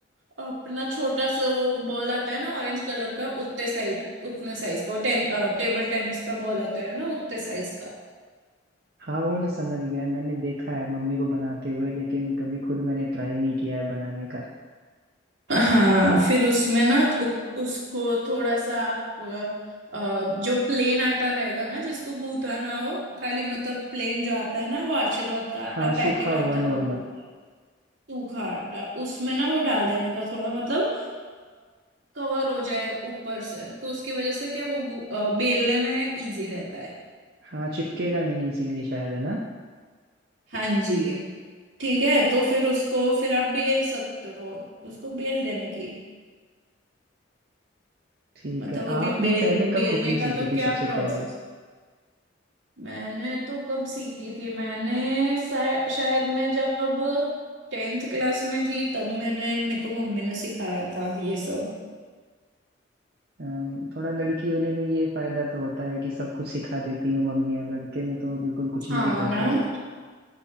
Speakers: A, on the right (about 75°); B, on the right (about 55°).
A: अपना छोटा सा वो बॉल आता है ना ऑरेंज कलर का उतने साइड उतने साइज का टेन टेबल टेनिस का बॉल आता है ना उतने साइज
B: हाँ वो मैं समझ गया मैंने देखा है मम्मी को बनाते हुए लेकिन कभी खुद मैंने ट्राई नहीं किया है बनाने का
A: हाँ फिर उसमें ना उ, उसको थोड़ा सा आप अ, अ, जो प्लेन आटा रहेगा ना जिसको गूंदा ना हो खाली मतलब प्लेन जो आता है ना वो आशीर्वाद का आटा
B: हाँ
A: पैकेट
B: सूखा होगा
A: आता
B: नॉर्मल
A: है वो वाला सूखा आटा उसमें ना वो डाल देने का थोड़ा मतलब कवर हो जाए ऊपर से तो उसकी वजह से क्या वो गू- अ, बेलने में इजी रहता है
B: हाँ चिपकेगा नहीं इसीलिए शायद है ना
A: हाँ जी ठीक है तो फिर उसको फिर आप बेल सकते हो उसको बेल देने की
B: ठीक
A: मतलब
B: है
A: अभी
B: आपने
A: बेल
B: पहले कब
A: बेलने
B: कुकिंग
A: का
B: सीखी
A: तो
B: थी
A: क्या
B: सबसे
A: प्रोसेस
B: पहले
A: मैंने तो कब सीखी थी मैंने शा- शायद मैं जब टेंथ क्लास में थी तब मैंने मेरे को मम्मी ने सिखाया था ये सब
B: अम, थोड़ा लड़की होने में ये फायदा तो होता है कि सब कुछ सिखा देती हैं मम्मियाँ लड़के में तो बिल्कुल कुछ
A: हाँ
B: नहीं सिखाती
A: ना
B: हैं जब